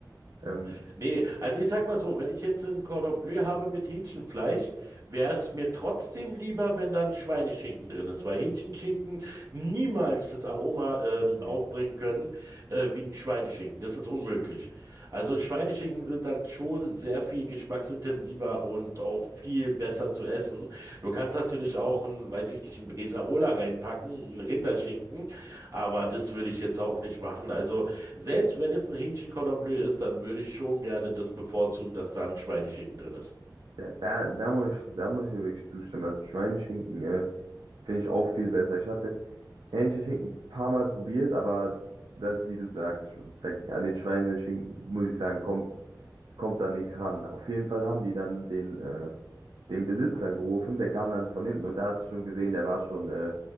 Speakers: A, on the right; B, on the right.
A: Ähm,
B: Ja. Nee, also ich sag mal so, wenn ich jetzt ein Cordon Bleu habe mit Hähnchenfleisch, wäre es mir trotzdem lieber, wenn dann Schweineschinken drin ist, weil Hähnchenschinken niemals das Aroma ähm,
A: Mhm.
B: aufbringen können äh, wie ein Schweineschinken. Das ist unmöglich. Also Schweineschinken sind dann schon sehr viel geschmacksintensiver und auch viel besser zu essen. Du kannst natürlich auch ein, weiß ich nicht, ein Bresaola reinpacken, ein Rinderschinken, aber das würde ich jetzt auch nicht machen. Also selbst wenn es ein Hähnchen Cordon Bleu ist, dann würde ich schon gerne das bevorzugen, dass da ein Schweineschinken drin ist.
A: da, da, da muss ich, da muss ich dir wirklich zustimmen. Also Schweineschinken, äh, finde ich auch viel besser. Ich hatte Hähnchenschinken Schinken ein paar Mal probiert, aber das, wie du sagst, schon, da, an den Schweineschinken, muss ich sagen, kommt, kommt da nichts ran. Auf jeden Fall haben die dann den, äh, den Besitzer gerufen, der kam dann von hinten und da hat es schon gesehen, der war schon, äh,